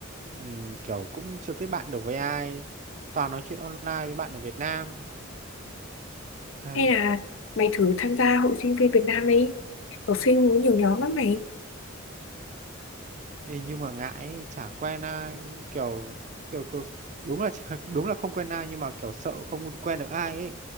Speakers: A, on the right; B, on the left.
A: Ừm, kiểu cũng chưa kết bạn được với ai toàn nói chuyện online với bạn ở Việt Nam Hay.
B: hay là mày thử tham gia hội sinh viên Việt Nam đi học sinh có nhiều nhóm lắm mày
A: Ê, nhưng mà ngại ấy, chả quen ai kiểu, kiểu kiểu đúng là <laughs> đúng là không quen ai nhưng mà kiểu sợ không quen được ai ấy